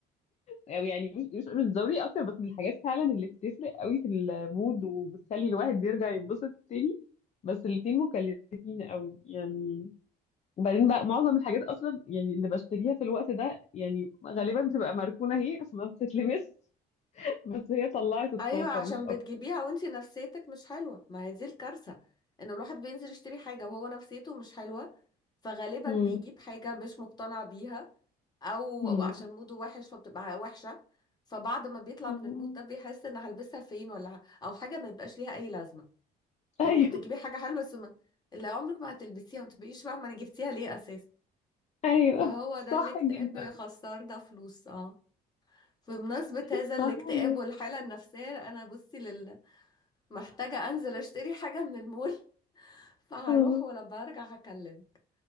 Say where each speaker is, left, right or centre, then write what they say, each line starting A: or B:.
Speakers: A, on the left; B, on the left.
A: أو يعني مش مش مش ضروري اكتر بس من الحاجات فعلا اللي بتفرق قوي في المود وبتخلي الواحد يرجع ينبسط تاني بس الاتنين مكلفين قوي يعني وبعدين بقى معظم الحاجات اصلا يعني اللي بشتريها في الوقت ده يعني غالبا بتبقى مركونه هي ما بتتلمس <laughs> بس هي طلعت الطاقه
B: ايوه عشان
A: مش اكتر
B: بتجيبيها وانتي نفسيتك مش حلوه ما هي دي الكارثه ان الواحد بينزل يشتري حاجه وهو نفسيته مش حلوه فغالبا
A: مم.
B: بيجيب حاجه مش مقتنع بيها او
A: مم.
B: أو عشان موده وحش فبتبقى وحشه فبعد ما بيطلع
A: مم.
B: من المود ده بيحس ان هلبسها فين ولا ه- او حاجه ما يبقاش ليها اي لازمه يعني
A: <laughs> ايوه
B: ممكن تجيبي حاجه حلوه بس ما- اللي عمرك ما هتلبسيها ما تبقيش فاهمه انا جبتيها ليه اساسا
A: ايوه
B: فهو
A: صح
B: ده الاكتئاب
A: جدا
B: بيخسرنا فلوس اه بمناسبة هذا
A: صح
B: الاكتئاب
A: جدا
B: والحالة النفسية أنا بصي لله محتاجة أنزل أشتري حاجة من المول <laughs> فهروح
A: آه.
B: ولما أرجع هكلمك